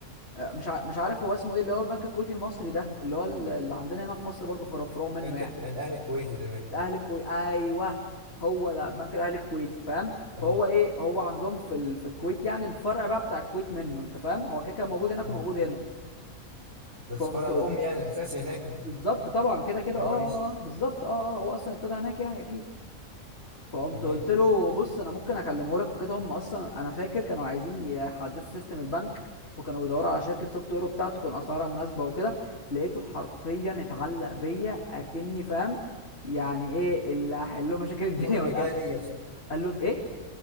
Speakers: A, on the left; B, on the right.
A: آه مش ع- مش عارف هو اسمه ايه اللي هو البنك الكويتي المصري ده اللي هو ال- اللي عندنا هنا في مصر برضه فر- فروع منه
B: بنك
A: يعني
B: ال- الاهلي الكويتي ده باين
A: الاهلي الكويتي ايوه هو ده بنك الاهلي الكويتي فاهم
B: اه
A: فهو ايه هو عندهم في ال... في الكويت يعني الفرع بقى بتاع الكويت منه انت فاهم هو كده كده موجود هناك
B: مم.
A: وموجود هنا
B: بس
A: فقمت
B: فرع الام
A: قلت
B: يعني الاساسي هناك ال-
A: بالظبط طبعا كده كده
B: ده الرئيسي
A: اه اه اه بالظبط اه اه هو اصلا ابتدى هناك يعني اكيد فقمت
B: جميل
A: قلت له بص انا ممكن اكلمه لك وكده هم اصلا انا فاكر كانوا عايزين يحدثوا سيستم البنك وكانوا بيدوروا على شركه سوفت وير بتاعته تكون اسعارها مناسبه وكده لقيته حرفيا اتعلق بيا اكني فاهم يعني ايه اللي هحل له مشاكل الدنيا
B: طقنا
A: والاخر
B: جالي يا اسطى
A: قال له ايه